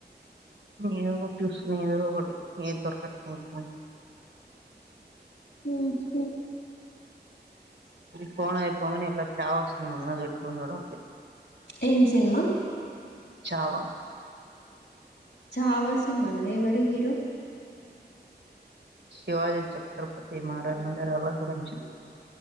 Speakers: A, on the right (about 80°); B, on the left (about 80°).
A: ఏదో ఒకటి చూసున్నా ఏదో ఒకటి ఎం దొరకలేదు మంచి
B: హుమ్
A: ఈ ఫోన్ అయిపోంగానే ఇంట్లో చావొస్తుంది అందరూ తిట్టుకుంటున్నారు
B: ఏం సినిమా
A: చావా
B: చావా సినిమానా ఎవరు హీరో
A: శివాజీ చక్రపతి మహారాజు గారులా గురించి